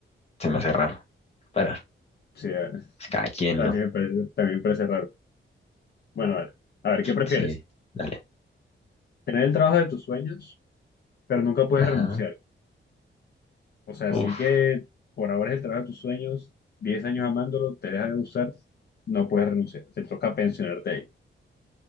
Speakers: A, on the left; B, on the left.
A: Se me hace raro. Pero
B: sí, eh, <laughs>
A: es cada quien,
B: también
A: ¿no?
B: me parece, también me parece raro. Bueno, vale. A ver, ¿qué prefieres?
A: Sí, dale.
B: ¿Tener el trabajo de tus sueños, pero nunca puedes
A: Ajá.
B: renunciar? O sea,
A: Uf.
B: sí que por ahora es el trabajo de tus sueños, 10 años amándolo, te deja de usar, no puedes renunciar, te toca pensionarte ahí.